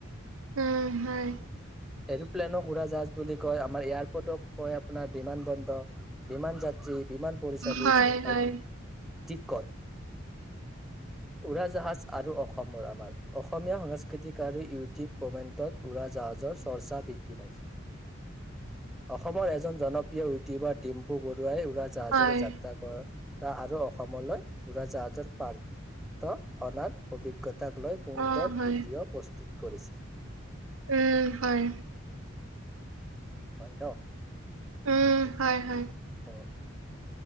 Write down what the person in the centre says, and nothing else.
এৰপ্লেনক উৰা জাহাজ বুলি কয় আমাৰ এয়াৰপৰ্টক কয় আপোনাৰ বিমান বন্দক বিমান যাত্ৰী বিমান পৰিচাৰিক
আৰু টিকট উৰাজাহাজ আৰু অসম অসমৰ আমাৰ অসমীয়া সাংস্কৃতিক আৰু ইউটিউব কমেণ্টত উৰা জাহাজৰ চৰ্চা বৃদ্ধি পাইছে।
অসমৰ এজন জনপ্ৰিয় ইউটুবাৰ ডিম্পু বৰুৱাই উৰাজাহাজেৰে
যাত্ৰা আৰু অসমলৈ উৰাজাহাজৰ পাৰ্থ অনাৰ অভিজ্ঞতা তাক লৈ সুন্দৰ
ভিডিঅ' প্ৰস্তুত কৰিছে
হয় ন
অ অ